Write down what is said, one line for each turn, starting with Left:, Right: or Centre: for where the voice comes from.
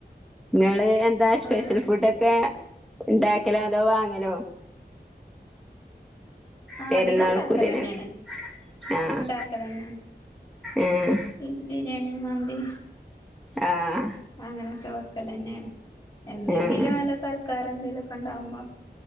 Centre: ങ്ങള് എന്താ ശ്പെഷൽ
Left: വേറെ
Centre: ഫുഡൊക്കെ ഇണ്ടാക്കലോ അതോ വാങ്ങലോ
Left: ആ
Centre: പെരുന്നാൾക്കുതിനൊക്കെ
Left: അധികം ഇണ്ടാക്കലന്നേണ്
Centre: ആഹ്
Left: ഇണ്ടാക്കലന്നെ
Centre: ഏഹ്
Left: ഇം ബിരിയാണി മന്തി
Centre: ആഹ്
Left: അങ്ങനെയൊക്കെ വെക്ക് ക്കലന്നേണ് എന്നെങ്കിലും
Centre: ആഹ്
Left: വല്ല സൽക്ക് ക്കാരെന്തേലൊക്കെണ്ടാവുമ്പോ